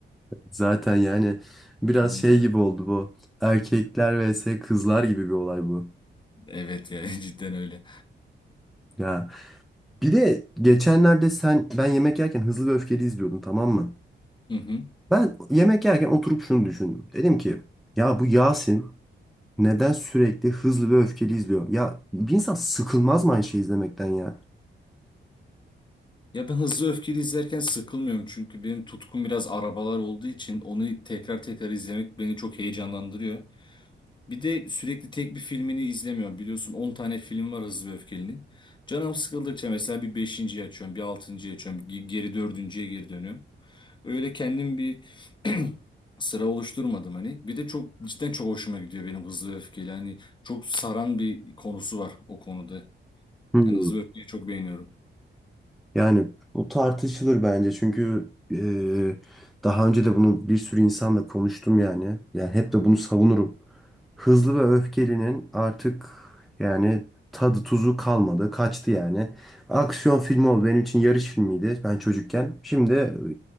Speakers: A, in the centre; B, on the left (about 25°).
A: Zaten yani biraz
B: Hı hı.
A: şey gibi oldu bu. Erkekler vs kızlar gibi bir olay bu.
B: Evet ya <laughs> cidden öyle.
A: Ya. Bir de geçenlerde sen ben yemek yerken Hızlı ve Öfkeli izliyordum tamam mı?
B: Hı hı.
A: Ben yemek yerken oturup şunu düşündüm. Dedim ki ya bu Yasin neden sürekli Hızlı ve Öfkeli izliyor? Ya bir insan sıkılmaz mı aynı şeyi izlemekten ya?
B: Ya ben Hızlı Öfkeli izlerken sıkılmıyorum çünkü benim tutkum biraz arabalar olduğu için onu tekrar tekrar izlemek beni çok heyecanlandırıyor. Bir de sürekli tek bir filmini izlemiyorum. Biliyorsun 10 tane film var Hızlı ve Öfkeli'nin. Canım sıkıldıkça mesela bir 5.'yi açıyorum, bir 6.'yı açıyorum, bir geri dördüncüye geri dönüyorum. Öyle kendim bir <clears throat> sıra oluşturmadım hani. Bir de çok cidden çok hoşuma gidiyor benim Hızlı ve Öfkeli. Hani çok saran bir konusu var o konuda.
A: Hmm.
B: Yani Hızlı ve Öfkeli'yi çok beğeniyorum.
A: Yani bu tartışılır bence çünkü e, daha önce de bunu bir sürü insanla konuştum yani. Yani hep de bunu savunurum. Hızlı ve Öfkeli'nin artık yani tadı tuzu kalmadı. Kaçtı yani. Aksiyon filmi oldu. Benim için yarış filmiydi ben çocukken. Şimdi e,